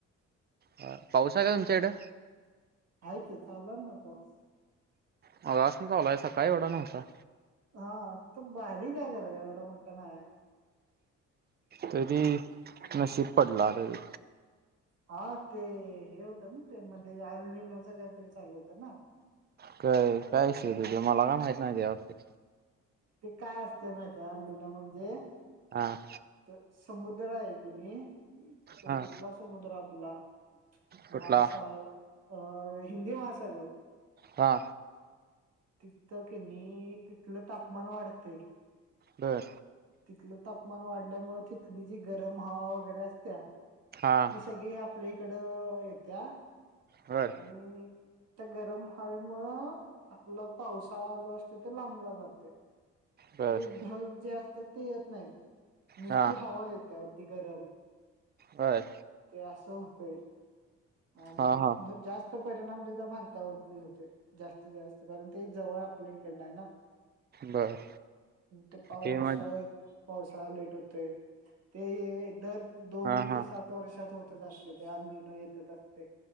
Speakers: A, on the right; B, on the right.
A: बर पाऊस आहे का तुमच्याकडें?
B: हाय की, चालूयेना पाऊस.
A: मागापासून चालूये सकाळी एवढा न्हवता.
B: हा, तू बारीक आहे खरं एवढा मोठा नाहीय.
A: तरी नशीब पडला तरी.
B: हा ते हे होतं ना ते मध्ये अलणीन तरी चालू होतं ना.
A: काय काय विश तुझ मला काय माहित नाही त्या बाबतीत.
B: ते काय असते माहित अल्ली ना म्हणजे.
A: आ..
B: तर समुद्र आहे की नाही कुठला
A: हा
B: समुद्र आपला?
A: कुठला
B: महासा अ हिंदी महासागर
A: हा.
B: तिथं कि नाही तिथलं तापमान वाढतय.
A: बरं
B: तिथलं तापमान वाढल्यामुळे तिथली जी गरम हवा वगैरे असत्या
A: हां.
B: सगळे आपल्या इकडं येत्या
A: हड
B: आणि त्या गरम हवेमुळ आपला पावसाळा जो असतोय तो लांबला जातोय. <unintelligible>
A: बर
B: ढग जे असतात ते येत नाहीत, नुसती
A: हा
B: हवा येतीया ती गरम.
A: हाय
B: ते असं होतय आणि
A: हा हा
B: ढग जास्त तो परिणाम त्याचा भारतावरती होतोय जास्तीत जास्त कारण ते जवळ आपल्या इकडनं आहे ना
A: बर.
B: तो पाऊसात
A: ते मग
B: पावसाळा लेट होते तेहे दल दोन
A: हा हा
B: ते सात वर्षात होतच असते ते आलमन येतच असतय.